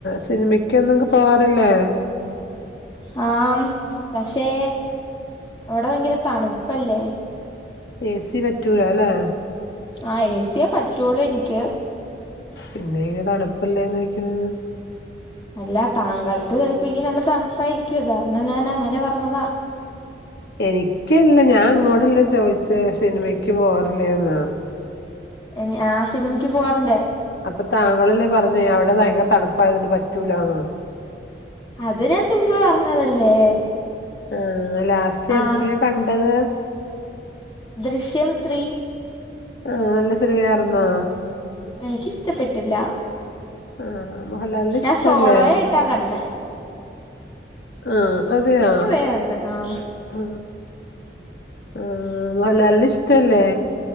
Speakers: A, on the left; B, on the left.
A: സിനിമക്കൊന്നുംക്കെ പോവാറില്ലേ?
B: ആം പക്ഷേ അവിടെ ഭയങ്കര തണു പ്പല്ലേ
A: ഏ സി പറ്റൂലാ ല്ലേ
B: ആ ഏ സി യേ പറ്റൂളുനിക്ക്
A: പിന്നേങ്ങനെ തണുപ്പല്ലേന് ചോയ്ക്ക്ണെ
B: അല്ലാ താങ്കൾക്ക് ചെലപ്പെങ്കി നല്ല തണുപ്പായിരിക്കും അത് കാരണം ഞാൻ അങ്ങനെ പറഞ്ഞതാ
A: എനിക്കല്ല ഞാൻ അങ്ങോടല്ലെ ചോയിച്ചത് സിനിമക്ക് പോവാറില്ലേന്ന്‌
B: എഞ് ആഹ് സിനിമക്ക് പോവാറുണ്ട്
A: അപ്പത്താങ്കളല്ലേ പറഞ്ഞേ അവിടെ ഭയങ്കര തണുപ്പായതോണ്ട് പറ്റൂലാന്ന്
B: അത് നാൻ ചുമ്മാ പറഞ്ഞതല്ലേ
A: ആ ലാസ്റ്റ് ഏത്
B: ആഹ്
A: സിനിമയാ കണ്ടത്
B: ദൃശ്യം ത്രീ
A: ആഹ് നല്ല സിനിമയാരുന്നോ?
B: എനിക്കിസ്ട്ടപ്പെട്ടില്ല
A: ആഹ് മോഹൻലാലിനെ
B: ഞാൻ
A: ഇഷ്ടല്ലേ
B: സോളോയായിട്ട കണ്ടേ
A: ആ അതെയാ
B: ഒറ്റക്ക് പോയാ കണ്ടേ ആഹ്
A: ആ ആ മോഹല്ലാലിനെ ഇഷ്ട്ടല്ലേ